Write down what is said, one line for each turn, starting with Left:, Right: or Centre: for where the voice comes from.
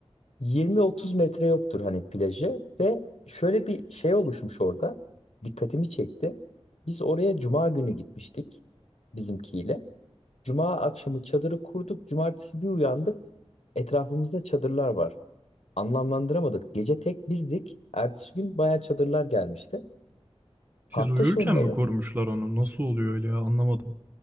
Left: 20-30 metre yoktur hani plajı ve şöyle bir şey oluşmuş orada. Dikkatimi çekti. Biz oraya cuma günü gitmiştik bizimkiyle. Cuma akşamı çadırı kurduk. Cumartesi bir uyandık. Etrafımızda çadırlar var. Anlamlandıramadık. Gece tek bizdik. Ertesi gün bayağı çadırlar gelmişti.
Right: Siz
Left: Hafta
Right: uyurken
Left: sonları
Right: mi korumuşlar onu? Nasıl oluyor öyle ya anlamadım.